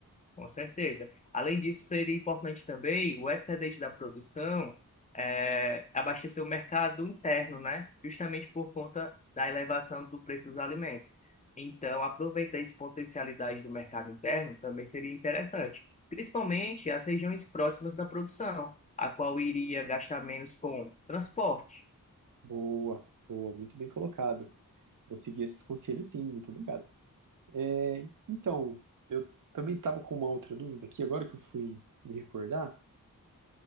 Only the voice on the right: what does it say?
Boa, boa, muito bem colocado. Vou seguir esses conselhos, sim, muito obrigado. É, então, eu também estava com uma outra dúvida aqui, agora que eu fui me recordar.